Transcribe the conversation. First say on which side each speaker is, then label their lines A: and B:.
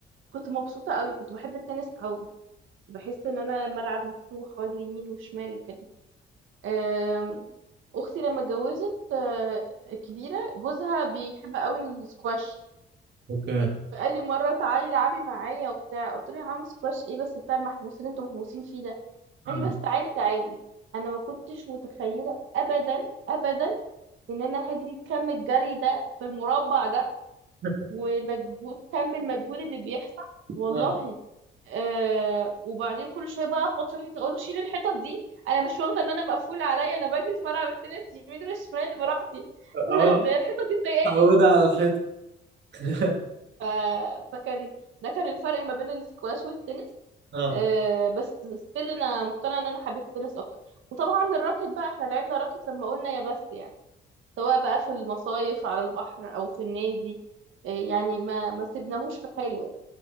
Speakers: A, on the right; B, on the right.
A: كنت مبسوطة قوي كنت بحب التنس قوي بحس ان انا الملعب مفتوح واجري يمين وشمال وكده آم، اختي لما اتجوزت آه، كبيرة جوزها بيحب قوي السكواش
B: اوكي
A: فقال لي مرة تعالي العبي معايا وبتاع قلت له يا عم سكواش ايه بس بتاع المحبوسين اللي انتوا محبوسين فيه ده
B: اه
A: قال لي بس تعالي تعالي انا ما كنتش متخيله ابدا ابدا ان انا هجري كم الجري ده في المربع ده
B: <laughs>
A: ومجهود كم المجهود اللي بيحصل والله
B: اه
A: آه وبعدين كل شويه بقى اخبط في الحيطه اقول له شيل الحيطه دي انا مش واخده ان انا مقفول عليا انا بجري في ملعب التنس يمين وشمال براحتي <laughs>
B: اه
A: انا ازاي الحيطه دي مضايقاني
B: اتعودة على الحيطة <laughs>
A: ف... فكان ده كان الفرق ما بين السكواش والتنس
B: اه
A: آه، بس ستيل انا مقتنعه ان انا حبيت التنس اكتر وطبعا الراكت بقى احنا لعبنا راكت لما قلنا يا بس يعني سواء بقى في المصايف على البحر او في النادي آه، يعني ما ما سيبناهوش في حاله يعني.